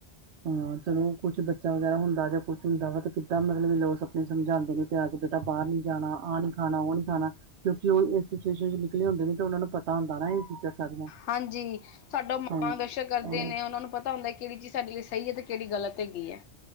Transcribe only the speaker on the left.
ਹਾਂਜੀ ਸਾਡਾ ਮਾਰਗਦਰਸ਼ਕ
ਕਰਦੇ
ਨੇ ਉਹਨਾਂ ਨੂੰ ਪਤਾ ਹੁੰਦਾ ਕਿਹੜੀ ਚੀਜ਼ ਸਾਡੇ ਲਈ ਸਹੀ ਹੈ ਤੇ ਕਿਹੜੀ ਗਲਤ ਹੈਗੀ ਐ।